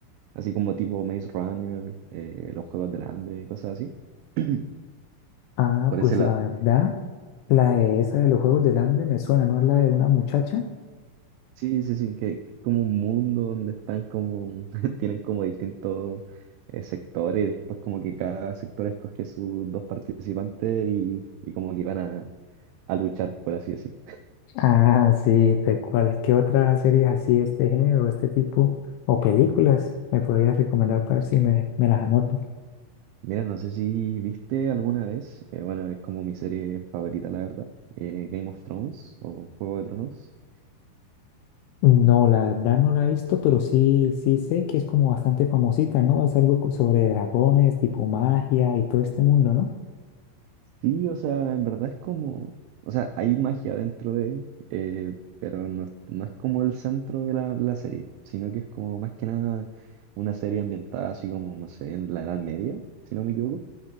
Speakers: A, on the right; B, on the left.
A: así como tipo Maze Runner, eh, los Juegos del Hambre, cosas así. <clears throat>
B: Ah,
A: Por
B: pues
A: ese lado.
B: la verdad, la de esa de los Juegos del Hambre me suena, ¿no es la de una muchacha?
A: Sí, sí, sí, que que es como un mundo donde están como, <laughs> tienen como distintos eh, sectores y después como que cada sector escoge sus dos participantes y, y como que van a, a luchar, por así decirlo.
B: Ah, sí, tal cual. ¿Qué otra serie así de este género, de este tipo o películas me podrías recomendar para ver si me, me las anoto?
A: Mira, no sé si viste alguna vez, eh, bueno, es como mi serie favorita, la verdad, eh, Game of Thrones o Juego de Tronos.
B: No, la verdad no la he visto, pero sí, sí sé que es como bastante famosita, ¿no? Es algo co- sobre dragones, tipo magia y todo este mundo, ¿no?
A: Sí, o sea, en verdad es como, o sea, hay magia dentro de, eh, pero no, es- no es como el centro de la, la serie, sino que es como más que nada una serie ambientada así como, no sé, en la Edad Media, si no me equivoco.